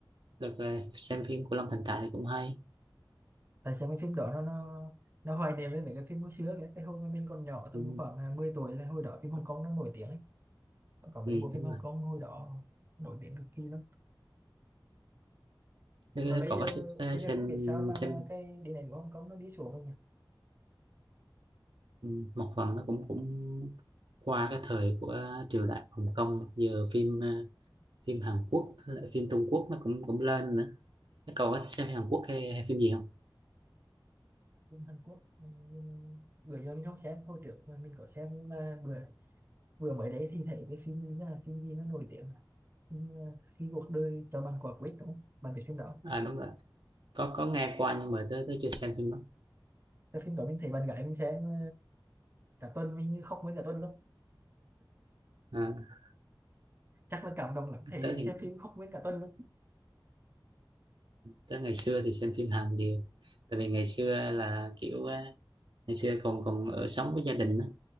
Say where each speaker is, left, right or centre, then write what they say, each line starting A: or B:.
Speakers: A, on the right; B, on the right.
A: đợt là xem phim của Long Thành Trại thì cũng hay
B: tại sao cái phim đó nó nó nó hoài niệm với mấy cái phim hồi xưa kìa cái hồi mà mình còn nhỏ tầm
A: ừ,
B: khoảng à, 10 tuổi là hồi đó phim Hồng Kông nó nổi tiếng ấy có mấy
A: ừ,
B: bộ
A: đúng
B: phim Hồng
A: rồi
B: Kông hồi đó nổi tiếng cực kỳ lắm
A: Thế
B: mà bây
A: cậu
B: giờ
A: có xem
B: bây
A: xem,
B: giờ không biết sao mà
A: xem
B: mà cái điện ảnh của Hồng Kông nó đi xuống rồi nhỉ
A: ừ, một phần nó cũng cũng qua cái thời của triều đại Hồng Kông giờ phim ờ, phim Hàn Quốc với lại phim Trung Quốc nó cũng cũng lên nữa Thế cậu có xem Hàn Quốc hay, hay phim gì không
B: phim Hàn Quốc ừm, bữa giờ mình không xem hồi trước mà mình có xem nhưng mà bữa bữa mới đấy thì thấy cái phim gì là phim gì nó nổi tiếng là phim, ờ, khi cuộc đời cho bạn quả quýt đúng không bạn biết phim đó
A: à đúng rồi có có nghe qua nhưng mà tới tới chưa xem phim đó
B: cái phim đó mình thấy bạn gái mình xem ờ, cả tuần mình như khóc nguyên cả tuần luôn
A: à,
B: chắc là cảm động lắm thấy
A: tới
B: xem
A: thì
B: phim khóc nguyên cả tuần luôn
A: Tới ngày xưa thì xem phim Hàn nhiều tại vì ngày xưa là kiểu á, ngày xưa còn còn ở sống với gia đình á,